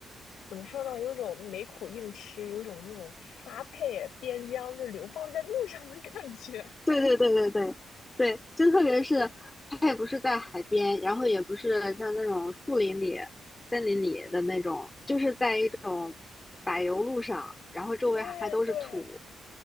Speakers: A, on the left (about 65°); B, on the left (about 20°).
A: 怎么说呢，有一种没苦硬吃，有一种那种发配边疆就流放在路上的感觉。
B: 对对对对对对，就特别是它也不是在海边，然后也不是像那种树林里、森林里的那种，就是在一种柏油路上，然后周围还都是土，
A: <laughs> 对对